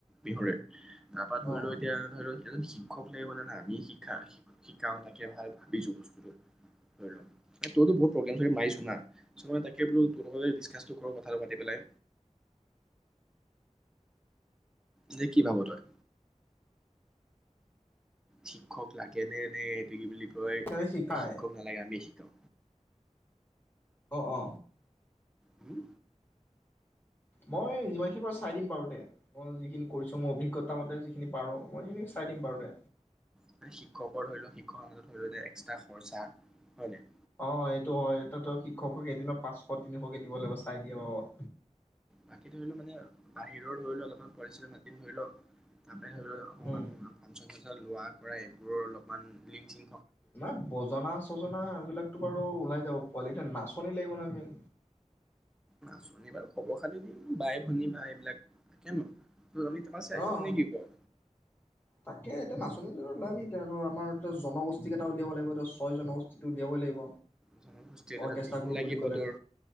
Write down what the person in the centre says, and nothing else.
বিহুৰে। তাৰপা ধৰি
ল' এতিয়া এনে ধৰি ল' এজন শিক্ষক লাগিব ন' আমি শিকা শিকাও তাকে ভাল ভাবিছো বস্তুটো ধৰি ল' তইতো বহুত প্ৰগ্ৰেম মাৰিছো না তাকে বোলো তোৰ লগতে ডিচকাচটো কৰো কথাটো পাতি পেলাই। নে কি ভাব তই। শিক্ষক লাগে নে নে এইতো কি বুলি কয়
নে শিক্ষক নালাগে আমিয়ে শিকাম।
হম।
মানে শিক্ষকৰ ধৰি লও শিক্ষকৰ মাজত ধৰি ল এক্সট্ৰা খৰচা হয় নে?
বাকী ধৰি লও মানে বাহিৰৰ ধৰি লও অলপমান কৰিছিল মাতি ধৰি ল' <unintelligible>
লোৱা কৰা এইবোৰৰ অলপমান লিং চিং
নাচনী বাৰু খবৰ খালি দিম বাই ভনী বা এইবিলাক তাকে ন। <unintelligible> আমি ত পাছ কম
নে কি ক।
জনগোষ্ঠীৰ
বিহু
লাগিব
তোৰ